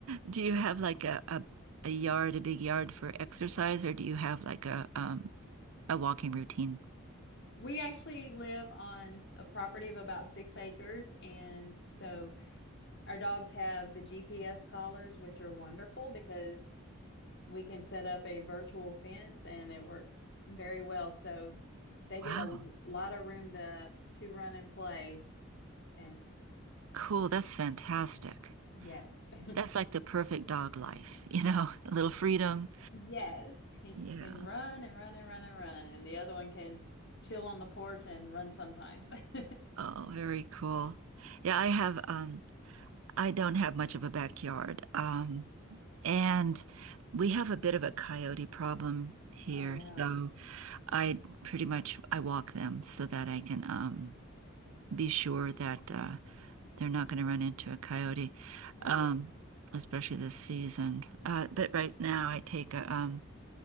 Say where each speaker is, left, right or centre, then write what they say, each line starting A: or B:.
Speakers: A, on the right; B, on the left.
A: do you have like a, a a yard, a big yard for exercise, or do you have like a um a walking routine?
B: We actually live on a property of about six acres. And so our dogs have the GPS collars, which are wonderful because we can set up a virtual fence and it works very well. So they get
A: Wow,
B: a lot of room to, to run and play. And
A: cool, that's fantastic.
B: yes, <laughs>
A: That's like the perfect dog life, you know, <laughs> a little freedom.
B: yes, he
A: Yeah.
B: can run and run and run and run. And the other one can chill on the porch and run sometimes. <laughs>
A: Oh, very cool. Yeah, I have um I don't have much of a backyard. Um, and we have a bit of a coyote problem here.
B: Oh, no.
A: So I pretty much I walk them so that I can um, be sure that uh, they're not going to run into a coyote,
B: Oh,
A: um,
B: yes.
A: especially this season. Uh, but right now I take a um,